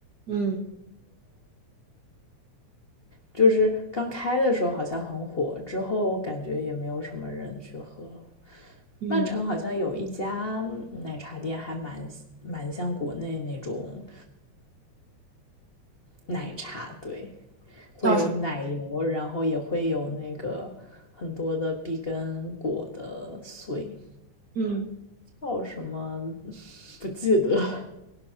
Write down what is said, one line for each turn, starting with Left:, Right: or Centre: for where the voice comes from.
Right: 嗯
Left: 就是刚开的时候好像很火，之后感觉也没有什么人去喝了。
Right: 嗯，
Left: 曼城好像有一家奶茶店，还蛮蛮像国内那种奶茶，对，会有奶油，
Right: 叫什么？
Left: 然后也会有那个很多的碧根果的碎，
Right: 嗯。
Left: 叫什么 <laughs> 不记得了。